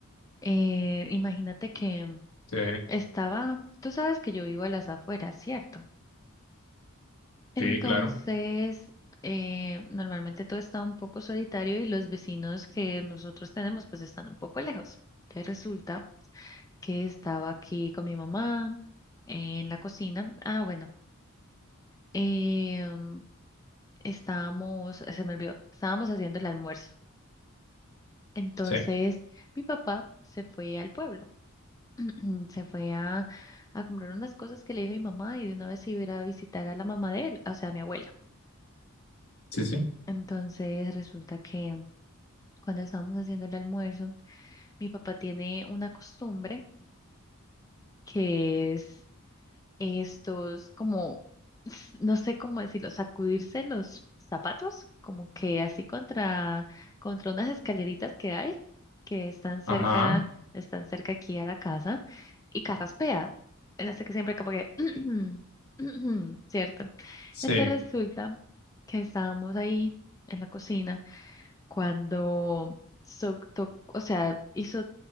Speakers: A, on the left (about 15°); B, on the left (about 80°).
A: Eh, imagínate que
B: sí,
A: estaba, tú sabes que yo vivo a las afueras, ¿cierto? Entonces,
B: sí, claro.
A: eh, normalmente todo está un poco solitario y los vecinos que nosotros tenemos pues están un poco lejos. Te resulta que estaba aquí con mi mamá en la cocina. Ah, bueno, em, estábamos, se me olvidó, estábamos haciendo el almuerzo. Entonces,
B: Sí,
A: mi papá se fue al pueblo, <clears throat> se fue a, a comprar unas cosas que le dijo mi mamá y de una vez se iba a ir a visitar a la mamá de él, o sea, a mi abuela.
B: sí, sí.
A: Entonces, resulta que cuando estábamos haciendo el almuerzo, mi papá tiene una costumbre que es estos, como, <laughs> s- no sé cómo decirlo, sacudirse los zapatos, como que así contra, contra unas escaleritas que hay, que están cerca,
B: Ajá,
A: están cerca aquí a la casa, y carraspea. Él hace que siempre como que, <clears throat> ¿cierto?
B: sí.
A: Entonces resulta que estábamos ahí en la cocina cuando, so- to- o sea, hizo